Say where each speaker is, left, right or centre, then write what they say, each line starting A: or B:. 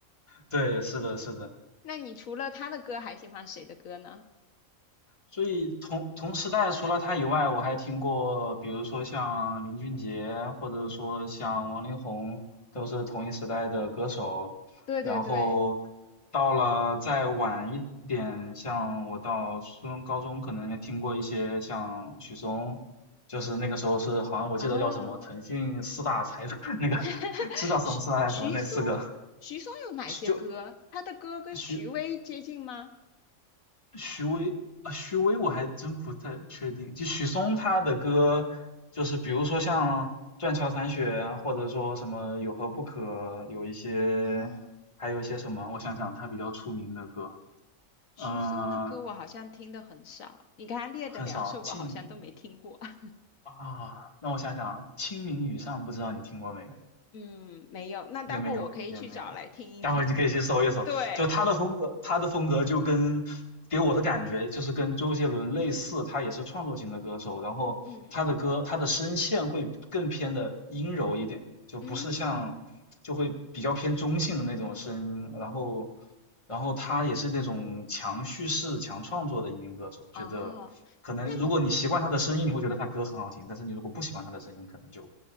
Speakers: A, on the left; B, on the left.
A: 对，是的，是的。
B: 那你除了他的歌，还喜欢谁的歌呢？
A: 所以同同时代除了他以外，我还听过，比如说像林俊杰，或者说像王力宏，都是同一时代的歌手。
B: 对对对，
A: 然后到了再晚一点，像我到初中、高中，可能也听过一些像许嵩，就是那个时候是好像我记得叫什么腾讯四大才
B: 啊，
A: <laughs> 那个
B: <laughs>
A: <laughs> 知道什么四大才什么那四个，
B: 徐徐嵩，徐嵩有哪些歌？
A: 就
B: 他的歌跟徐巍接近吗？
A: 许徐巍啊，徐巍我还真不太确定。就许嵩他的歌，就是比如说像《断桥残雪》啊，或者说什么《有何不可》，有一些，
B: 啊，
A: 还有一些什么，我想想，他比较出名的歌，
B: 许嵩的歌我好像听的很少，
A: 嗯、
B: 你刚才列的两首我好像都没听过。
A: 很少。清明
B: <laughs>
A: 啊，让我想想啊，《清明雨上》不知道你听过没？有？
B: 嗯，没有，那待会儿我可以去找来听一听。
A: 也没有，也没有。待会你可以去搜一搜，
B: 对，
A: 就他的风格，他的风格就跟给我的感觉就是跟周杰伦类似，他也是创作型的歌手，然后他的歌，
B: 嗯
A: 他的声线会更偏的阴柔一点，就不是像就会比较偏中性的那种声音，
B: 嗯，
A: 然后然后他也是那种强叙事、强创作的一名歌手，觉得可能如果你习惯他的声音，
B: 哦，那你
A: 你会觉得他歌很好听，但是你如果不喜欢他的声音，可能就